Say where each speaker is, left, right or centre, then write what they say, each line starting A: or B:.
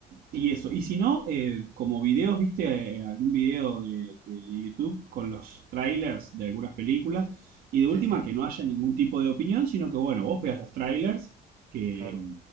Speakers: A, on the right (about 70°); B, on the right (about 85°).
A: y eso. Y si no, eh, como videos, viste, eh, algún video de, de YouTube con los trailers de algunas películas y de
B: Sí,
A: última
B: sí,
A: que no haya ningún tipo de opinión, sino que bueno, vos veas los trailers que,
B: claro.